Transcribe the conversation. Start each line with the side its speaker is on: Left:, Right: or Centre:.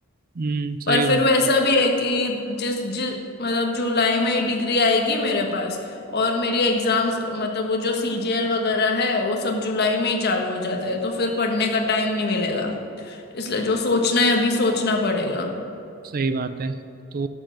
Right: हम्म सही
Left: पर फिर
Right: बात
Left: वैसा भी है कि जिस जिस मतलब जुलाई में डिग्री आएगी मेरे पास और मेरी एग्जाम्स मतलब वो जो सीजीएल वगैरह है वो सब जुलाई में ही चालू हो जाता है तो फिर पढ़ने का टाइम नहीं मिलेगा इसलिए जो सोचना है अभी सोचना पड़ेगा
Right: सही बात है तो